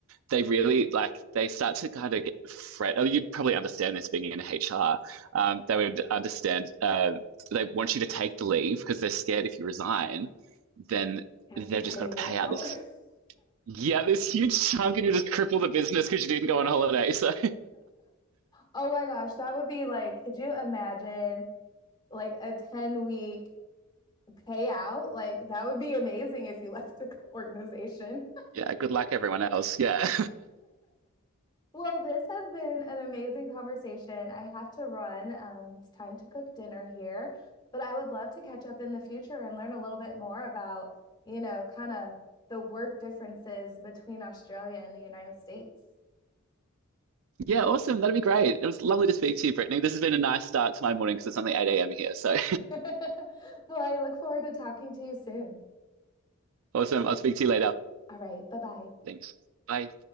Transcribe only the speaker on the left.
You have
to pay
you
out.
<laughs>
Oh my gosh, that would be like, could you imagine like a 10 week payout? Like that would be amazing if you left the <laughs> organization.
Well, this has been an amazing conversation. I have to run. Um, it's time to cook dinner here, but I would love to catch up in the future and learn a little bit more about, you know, kind of the work differences between Australia and the United States.
<laughs> Well, I look forward to talking to you soon.
All right, bye-bye.